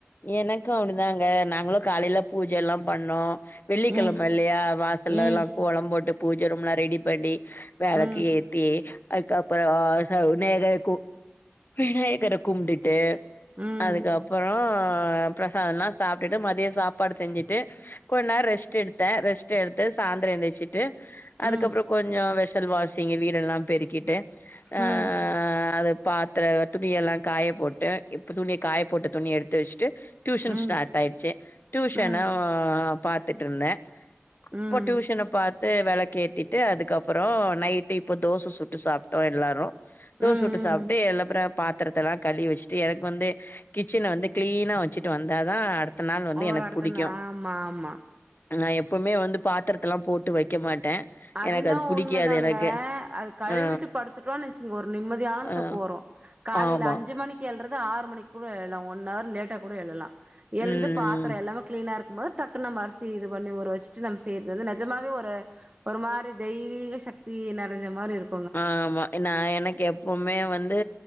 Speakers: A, on the left (about 50°); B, on the right (about 35°).
A: எனக்கு அப்படிதாங்க நாங்களு காலையில பூஜை எல்லாம் பண்ணோ வெள்ளிக்கிழம
B: ம்
A: இல்லையா வாசல்ல
B: ம்
A: எல்லா கோலம் போட்டு பூஜை ரூம்ல்லா ரெடி பண்ணி விளக்கு
B: ம்
A: ஏத்தி அதுக்கப்புறோ விநாயகர விநாயகர கும்ட்டுட்டு
B: ம்
A: அதுக்கப்புறோ பிரசாதம் எல்லா சாப்ட்டுட்டு மதிய சாப்பாடு செஞ்சுட்டு கொஞ்ச நேர ரெஸ்ட் எடுத்தே ரெஸ்ட் எடுத்து சாய்ந்தர எந்திரிச்சிட்டு
B: ம்
A: அதுக்கப்புற கொஞ்ச வெஷல் வாஷ் ங் வீடெல்லா பெருக்கிட்டு ஆ
B: ம்
A: அத பா க்குற துணி எல்லா காய போட்டு இப்ப துணிய காய போட்டு துணிய எடுத்து வெச்ட்டு டியூஷன்
B: ம்
A: ஸ்டார்ட் ஆயிச்சி டியூஷனா
B: ம் ம்
A: பாத்துட்ருந்தே இப்போ
B: ம்
A: டியூஷன பாத்து வெளக்கேத்தி ட்டு அதுக்கப்பறோ நைட்டு இப்போ தோச சுட்டு சாப்ட்டோ எல்லாரும் தோச
B: ம்
A: சுட்டு சாப்ட்டு எல்லப்ற பாத்தரத்தல்லா கழுவி வச்சுட்டு எனக்கு வந்து கிச்சன்ல வந்து கிளீனா வச்சுட்டு வந்தாதா அடுத்த நாள் வந்து
B: ஒரு
A: எனக்கு
B: இடத்துல
A: புடிக்கும்
B: ஆமா ஆமா
A: நா எப்பவுமே வந்து பாத்தரத்த எல்லா போட்டு வைக்க மாட்டே
B: அது
A: எனக்கு
B: என்னவோ
A: புடிக்காது
B: உண்மதாங்க
A: எனக்கு
B: அது கழுவிட்டு
A: அ
B: படுத்துட்டோன்னு நைச்சுங்க ஒரு நிம்மதியான
A: அ
B: தூக்கம் வரும் காலைல
A: ஆமா
B: அஞ்சு மணிக்கு எழுறது ஆறு மணி கூட எழுலாம் ஒன்ர் லேட்டா கூட எழுலாம் எழுந்து
A: ம்
B: பாத்தரம்
A: ம்
B: எல்லாமே கிளீனா இருக் போது டக்கு நம்ம அரிசி இது பண்ணி ஊற வச்சுட்டு நம்ம செய்யறது வந்து நெஜமாவே ஒரு ஒரு மாரி தெய்வீக சக்தி நெறஞ்ச மாரி இருக்கும்
A: ஆ ஆமா நா எனக்கு எப்பவுமே வந்து